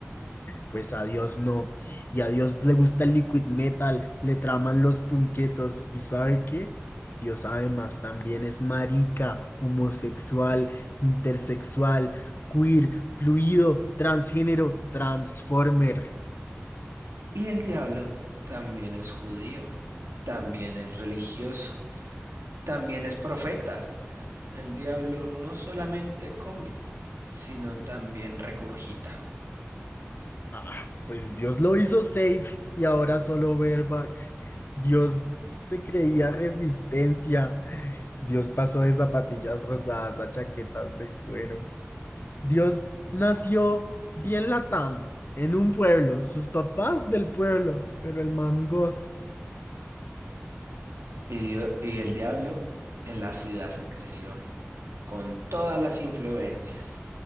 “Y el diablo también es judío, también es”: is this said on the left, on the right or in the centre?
Right